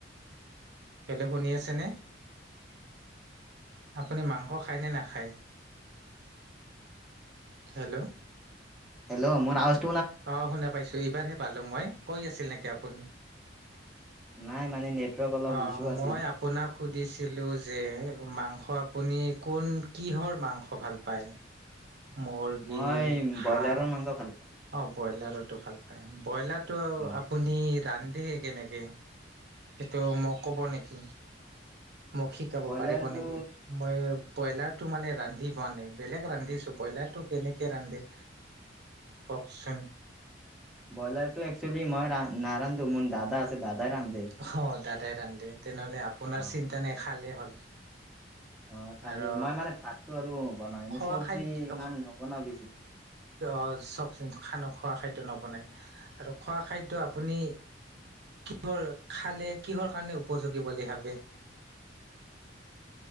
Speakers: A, on the right; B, in the centre.
A: বেলেগ শুনি আছে নে? আপুনি মাংস খায়নে নাখায়? হেল্ল'
B: হেল্' মোৰ আৱা
A: অ শুনা পাইছো এইবাৰহে পালো মই কৈ আছিল নেকি আপুনি?
B: নাই মানে নেটৱৰ্ক অলপ
A: অ
B: ইছ্যু আছিল
A: মই আপোনাক সুধিছিলো যে মাংস আপুনি কোন কিহৰ মাংস ভাল পায়। মুৰ্গী
B: মই ব্ৰইলাৰৰ
A: হাঁহ
B: মাংস ভাল পাওঁ
A: অ ব্ৰইলাৰতো ভাল পায়। ব্ৰইলাৰটো
B: অ
A: আপুনি ৰান্ধে কেনেকে? সেইটো মই কব নেকি? মোক শিকাব
B: ব্ৰইলাৰটো
A: পাৰিব নেকি? মই ব্ৰইলাৰটো মানে ৰান্ধি পোৱা নাই। বেলেগ ৰান্ধিছো ব্ৰইলাৰটো কেনেকে ৰান্ধে? কওকচুন।
B: ব্ৰইলাৰটো একচেলি মই নাৰন্ধো মোৰ দাদা আছে দাদাই ৰান্ধে।
A: অ দাদাই ৰান্দে তেনেহ'লে আপোনাৰ
B: অ
A: চিন্তা নাই খালেই হ'ল।
B: অ খালি
A: আৰু
B: মই মানে ভাতটো আৰু বনাও, এনেই
A: খোৱা
B: চব্জি
A: খাদ্য
B: ইমান নবনাও বেছি।
A: অ চব খান খোৱা খাদ্য নবনাই আৰু খোৱা খাদ্য আপুনি কিহৰ খালে কিহৰ কাৰণে উপযোগী বুলি ভাবে?
B: <inaudible>